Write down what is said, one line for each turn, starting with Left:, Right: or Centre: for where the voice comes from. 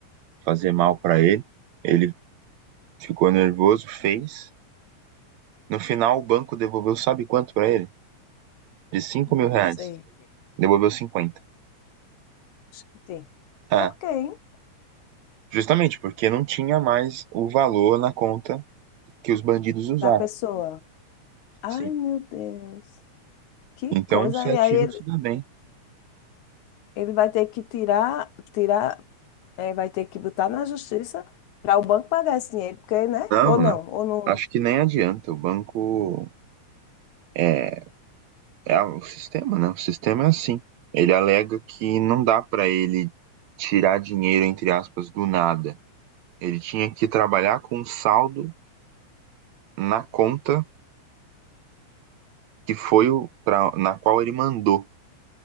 Right: fazer mal pra ele. Ele ficou nervoso, fez. No final, o banco devolveu, sabe quanto pra ele? De 5
Left: não,
Right: mil reais.
Left: não sei,
Right: Devolveu 50.
Left: acho que tem.
Right: Ah,
Left: Por quê, hein?
Right: justamente porque não tinha mais o valor na conta que os bandidos usaram.
Left: Da pessoa. Ai,
Right: Sim.
Left: meu Deus, que
Right: Então,
Left: coisa.
Right: o 7-1
Left: E aí ele,
Right: se dá bem.
Left: ele vai ter que tirar, tirar, é, vai ter que botar na justiça para o banco pagar esse dinheiro, porque, né?
Right: Não,
Left: Ou não,
Right: não.
Left: ou não,
Right: Acho que nem adianta. O banco é, é o sistema, né? O sistema é assim. Ele alega que não dá para ele tirar dinheiro, entre aspas, do nada. Ele tinha que trabalhar com um saldo na conta que foi o pra, na qual ele mandou.